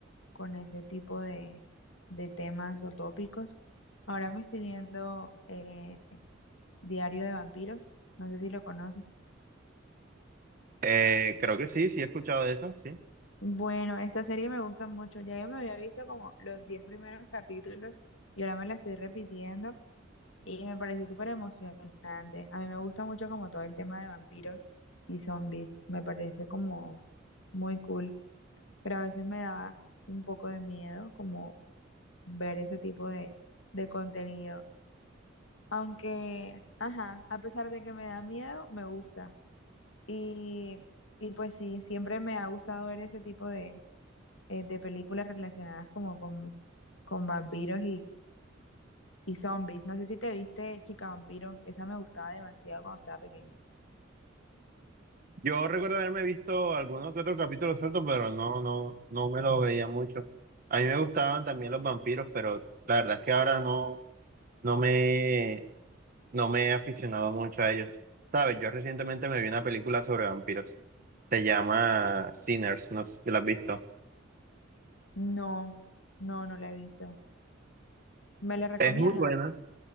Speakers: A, on the left; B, on the right.
A: con ese tipo de, de temas o tópicos. Ahora me estoy viendo eh, Diario de Vampiros, no sé si lo conoces.
B: Eh, creo que sí, sí he escuchado de eso, sí.
A: Bueno, esta serie me gusta mucho. Ya yo me había visto como los 10 primeros capítulos y ahora me la estoy repitiendo Y me pareció súper emocionante. A mí me gusta mucho como todo el tema de vampiros y zombies. Me parece como muy cool. Pero a veces me daba un poco de miedo como ver ese tipo de, de contenido. Aunque, ajá, a pesar de que me da miedo, me gusta. Y, y pues sí, siempre me ha gustado ver ese tipo de, eh, de películas relacionadas como con, con vampiros y zombies. No sé si te viste Chica Vampiro, esa me gustaba demasiado cuando estaba pequeña.
B: Yo recuerdo haberme visto algunos que otro capítulo suelto, pero no, no, no me lo veía mucho. A mí me gustaban también los vampiros, pero la verdad es que ahora no, no me, no me he aficionado mucho a ellos. Sabes, yo recientemente me vi una película sobre vampiros. Se llama Sinners, no sé si la has visto.
A: No, no, no la he visto. ¿Me la recomiendas?
B: Es muy buena.